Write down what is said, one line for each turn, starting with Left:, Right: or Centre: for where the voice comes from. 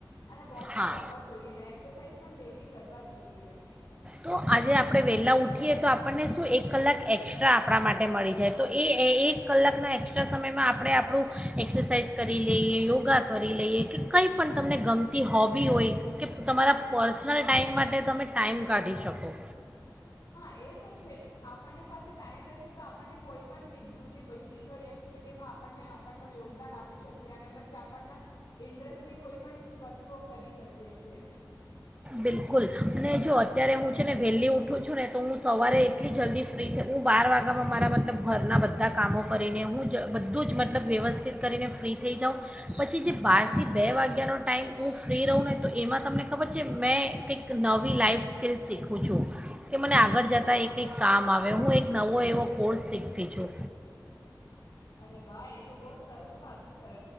Left: અને વોક
Right: હા
Left: તો કરવા જ જોઈએ ને એક્સરસાઇઝ પણ ડેલી કરવા જ જોઈએ.
Right: તો આજે આપણે વહેલાં ઊઠીએ તો આપણને શું એક કલાક એક્સ્ટ્રા આપણા માટે મળી જાય તો એ એક કલાકના એસ્ટ્રા સમયમાં આપણે આપણું, એક્સરસાઇઝ કરી લઈએ યોગા કરી લઈએ કે કંઈ પણ તમને ગમતી હોબી હોય કે તો તમારા પર્સનલ
Left: હા
Right: ટાઈમ માટે તમે ટાઈમ કાઢી શકો.
Left: હા એ તો છે જ આપણને પાસે ટાઈમ રહેશે તો આપણને કોઈ પણ બજી બીજી કઈ એક્ટિવિટીમાં આપણને આપણને યોગદાન આપી શકીએ અને પછી આપણને, ઇન્ટરેસ્ટની કોઈ પણ વસ્તુઓ કરી શકીએ છીએ.
Right: બિલકુલ, અને જો અત્યારે હું છે ને વહેલી ઉઠું છું ને તો હું સવારે એટલી જલ્દી ફ્રી થઈ હું બાર વાગ્યામાં મારા મતલબ ઘરના બધા કામો કરીને હું જ બધું જ મતલબ વ્યવસ્થિત કરીને ફ્રી થઈ જાઉં, પછી જે બારથી બે વાગ્યાનો ટાઈમ હું ફ્રી રહું ને તો એમાં તમને ખબર જ મેં કંઈક નવી લાઈફ સ્કિલ્લ શીખું છું. કે મને આગળ જતા
Left: હા
Right: એક કઈક કામ આવે હું એક એક નવો એવો કોર્સ શીખતી છું.
Left: અરે વાહ એ તો બહ સરસ વાત છે,